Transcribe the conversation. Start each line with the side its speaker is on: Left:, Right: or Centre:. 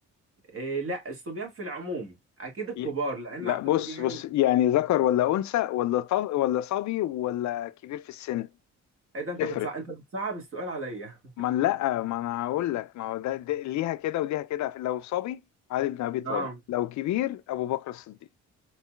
Right: آه، لا الصبيان في العموم اكيد الكبار
Left: ي-
Right: لان
Left: لا
Right: اعتقد
Left: بص
Right: يعني
Left: بص يعني ذكر ولا أنثى ولا طب ولا صبي ولا كبير في السن
Right: ايه ده انت
Left: تفرق
Right: بتصعب انت بتصعب السؤال عليا
Left: ما أنا- لا ما أنا هقول لك ما هو ده, ده ليها كده وليها كده لو صبي علي بن
Right: <laughs>
Left: أبي طالب
Right: اه
Left: لو كبير أبو بكر الصديق